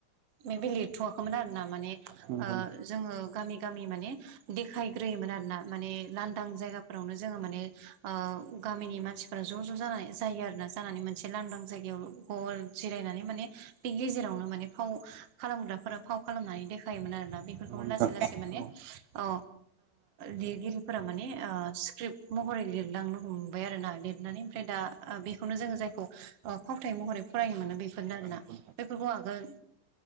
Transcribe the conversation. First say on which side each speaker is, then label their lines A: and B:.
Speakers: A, on the right; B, on the right.
A: मे बेे लिरथ'वाखैमोन आरोना माने
B: नंगौ
A: ओ
B: औ नंगौ
A: जोङो गामि गामि माने देखायग्रोयोमोन आरोना माने लांदां जायगाफोरावनो जोङो माने ओ गामिनि मानसिफोरा ज' ज' जानाय जायो आरोना जानानै मोनसे लांदां जायगायाव गल जिरायनानै माने बेनि गेजेरावनो माने फाव खालामग्राफोरा फाव खालामनानै देखायोमोन आरोना। बेफोरखौ
B: नोंथां
A: लासै लासै माने
B: औ
A: अ ओ लिरगिरिफोरा माने ओ स्क्रिप्ट महरै लिरलांनो हमबाय आरोना लिरनानै ओमफ्राय दा बेखौनो जोङो जायखौ ओ फावथाय महरै फरायनो मोनो बेफोरनो आरोना
B: नंगौ
A: बेफोरखौ आगोल